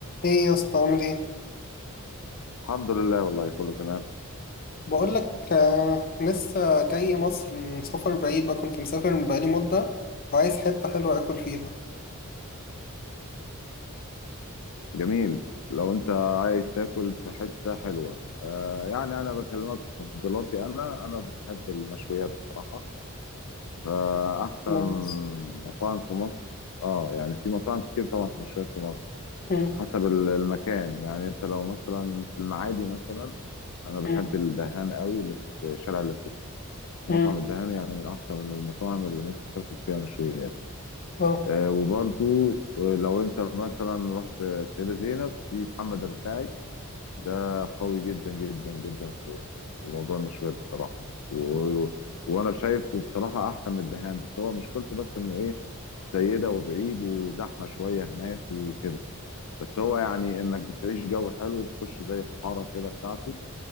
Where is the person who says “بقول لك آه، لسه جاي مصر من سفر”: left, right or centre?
Left